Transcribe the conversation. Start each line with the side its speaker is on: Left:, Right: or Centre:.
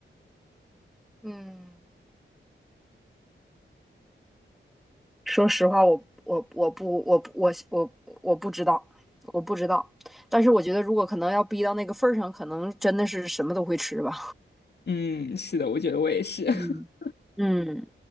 Centre: 嗯，说实话，我我我不我我我我不知道，我不知道。但是我觉得，如果可能要逼到那个份儿上，可能真的是什么都会吃吧。
Left: 嗯，是的，我觉得我也是。<laughs>
Centre: 嗯嗯，